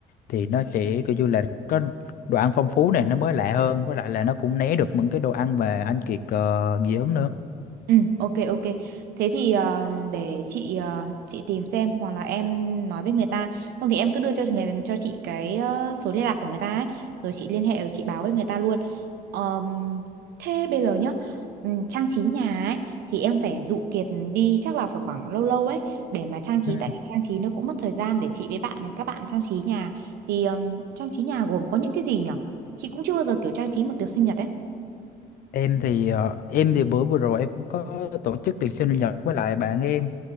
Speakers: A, on the left (about 65°); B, on the right (about 75°).
A: thì nó sẽ kiểu như là có đồ ăn phong phú này nó mới lạ hơn với lại là nó cũng né được những cái đồ ăn mà anh Kiệt uh, dị ứng nữa.
B: Ừ, ok ok. Thế thì ờ, để chị ờ, chị tìm xem hoặc là em nói với người ta, không thì em cứ đưa cho người cho chị cái ờ, số liên lạc của người ta ấy, rồi chị liên hệ rồi chị báo với người ta luôn. Ờm, thế bây giờ nhá, ừm, trang trí nhà ấy thì em phải dụ Kiệt đi chắc là phải khoảng lâu lâu ấy để mà trang trí
A: Ừ.
B: tại vì trang trí nó cũng mất thời gian để chị với bạn các bạn trang trí nhà. Thì ờm, trang trí nhà gồm có những cái gì nhở? Chị cũng chưa bao giờ kiểu trang trí một tiệc sinh nhật ấy.
A: Em thì ờ, em thì bữa vừa rồi em cũng có tổ chức tiệc sinh nhật với lại bạn em